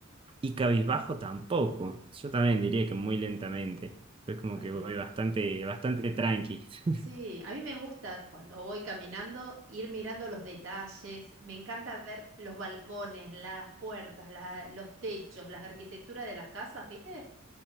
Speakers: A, on the right; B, on the right.
A: Y cabizbajo tampoco. Yo también diría que muy lentamente. Es como
B: Bueno,
A: que voy bastante, bastante tranqui. <laughs>
B: sí, a mí me gusta cuando voy caminando ir mirando los detalles. Me encanta ver los balcones, las puertas, la- los techos, las arquitecturas de las casas, ¿viste?